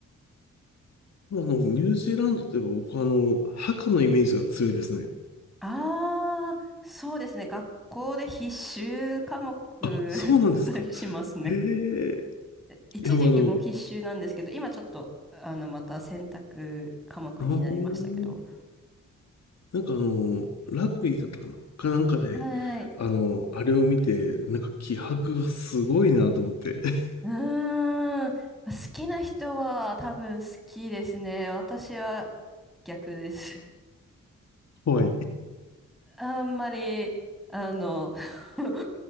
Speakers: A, on the left; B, in the centre.
A: あの、ニュージーランドといえば僕はあの、墓のイメージが強いですね。
B: ああー、そうですね。学校で必修科目 <laughs>
A: あ、そうなんですか。
B: だったりしますね。
A: へえ。
B: 一時期も必修なんですけど、
A: いや、もうあの、
B: 今ちょっと、あの、また選択科目になりましたけど。
A: あーなんかあの、ラグビーだったかなかなんかで、
B: はい。
A: あの、あれを見て、なんか気迫がすごいなと思って。<laughs>
B: うーん。好きな人は多分好きですね。私は逆です。
A: 怖い。
B: <laughs> あんまり、あの、<laughs>